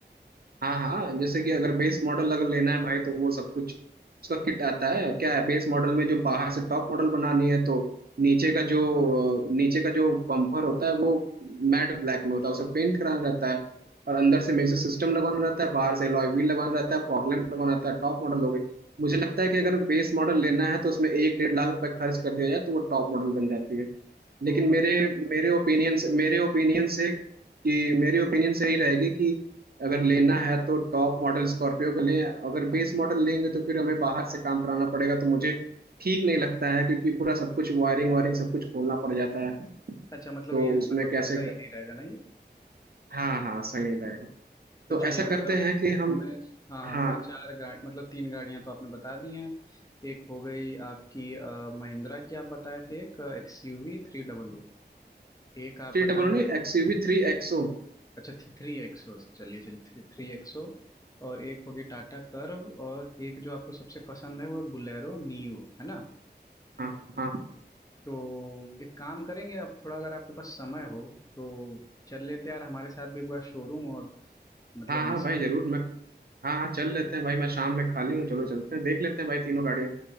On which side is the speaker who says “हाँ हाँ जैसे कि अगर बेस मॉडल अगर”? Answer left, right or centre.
Right